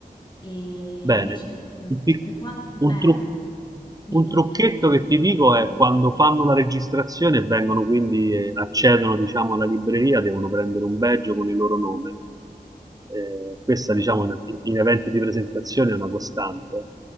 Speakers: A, on the left; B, on the right.
A: E
B: Bene,
A: invece, mm,
B: un, pic-
A: per quanto...
B: un
A: Eh,
B: tru-
A: per... Dimmi,
B: un trucchetto
A: dimmi.
B: che ti dico è quando fanno la registrazione e vengono quindi, eh, accedono diciamo alla libreria, devono prendere un badge con il loro nome. Eh, questa
A: Mm,
B: diciamo in, in eventi di presentazione è una costante.